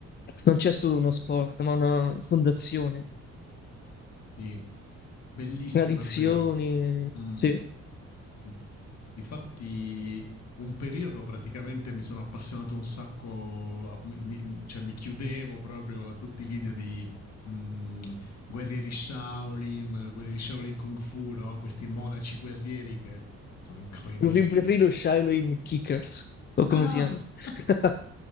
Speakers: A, on the left (about 35°); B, on the left (about 60°).
A: Non c'è solo uno sport, ma una fondazione,
B: sì, bellissimo,
A: tradizioni.
B: è vero. Mm.
A: Sì.
B: Mhm. Difatti, un periodo praticamente mi sono appassionato un sacco, a- mi- mi- cioè mi chiudevo proprio a tutti i video di mm, guerrieri Shaolin, guerrieri Shaolin Kung Fu, no? Questi monaci guerrieri che sono incredibili.
A: Mi film preferito è Shaolin Kickers, o come
B: <laughs> Ah!
A: si chiama? <laughs>